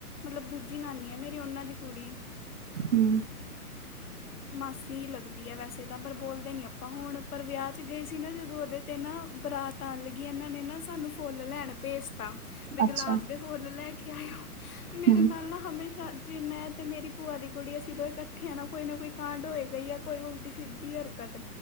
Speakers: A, on the left (about 70°); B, on the right (about 55°).
A: ਮਤਲਬ ਦੂਜੀ ਨਾਨੀ ਐ ਮੇਰੀ ਉਨਾਂ ਦੀ ਕੁੜੀ
B: ਹੂੰ
A: ਮਾਸੀ ਲੱਗਦੀ ਐ ਵੈਸੇ ਤਾਂ ਪਰ ਬੋਲਦੇ ਨੀ ਆਪਾਂ ਹੁਣ ਪਰ ਵਿਆਹ 'ਚ ਗਏ ਸੀ ਨਾ ਜਦੋਂ ਉਦੇ ਤੇ ਨਾ ਬਰਾਤ ਤ ਆਨ ਲੱਗੀ ਏਨਾਂ ਨੇ ਨਾ ਸਾਨੂੰ ਫੁੱਲ ਲੈਣ ਭੇਜਤਾ ਵੀ ਗੁਲਾਬ
B: ਅੱਛਾ
A: ਦੇ ਫੁੱਲ ਲੈ ਕੇ ਆਇਓ ਮੇਰੇ
B: ਹੂੰ
A: ਨਾਲ ਨਾ ਹਮੇਸ਼ਾ ਜੇ ਮੈਂ ਤੇ ਮੇਰੀ ਭੂਆ ਦੀ ਕੁੜੀ ਅਸੀ ਦੋਏ ਕੱਠੇ ਆ ਨਾ ਕੋਈ ਨਾ ਕੋਈ ਕਾਂਡ ਹੋਏਗਾ ਯਾ ਕੋਈ ਉਲਟੀ ਸਿੱਧੀ ਹਰਕਤ